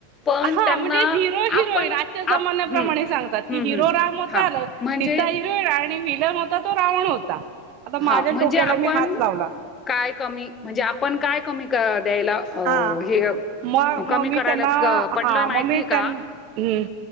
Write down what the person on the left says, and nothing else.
पण
त्यांना
आपण
आप हं,
हं,
हं.
हां,
म्हणजे
हा म्हणजे
आपण
काय कमी म्हणजे आपण काय कमी द्यायला अ
हे
कमी
करायला
पडलय
माहिती
का